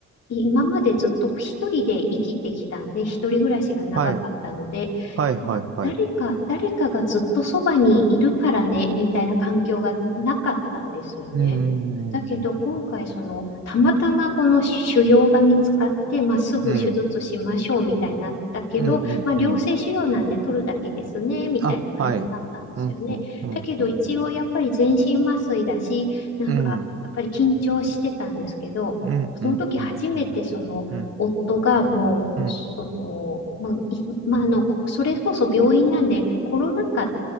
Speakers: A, on the left (about 55°); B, on the right (about 50°).
A: い今までずっと一人で生きてきたんで、一人暮らしが長かったので、
B: はい、はい、はい、はい。
A: 誰か、誰かがずっとそばにいるからね、みたいな環境がなかったんですよね。
B: うん、
A: だけど今回そのたまたまこの腫瘍が見つかって、
B: うん、
A: まあ、すぐ手術しましょうみたいになったけど、
B: うん、うん、うん。
A: まあ、
B: うん
A: 良性腫瘍なんで取るだけですねみたいな感じだったんですよね。
B: あ、はい。うん、うん、うん、
A: だけど一応やっぱり全身麻酔だしなんかやっぱり緊張してたんですけどその時初めてその夫がもう、
B: うん、うん。うんうん、うん、うん、うん、うん、うん。
A: その、まあ、いまあ、あの、それこそ病院なんで、コロナ禍